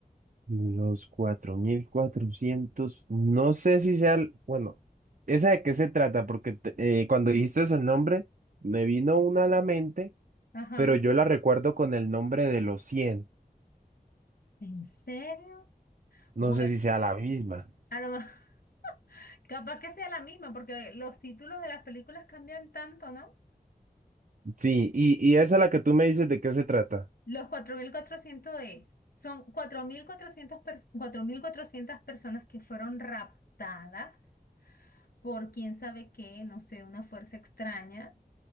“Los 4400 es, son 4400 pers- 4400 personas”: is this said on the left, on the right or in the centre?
Left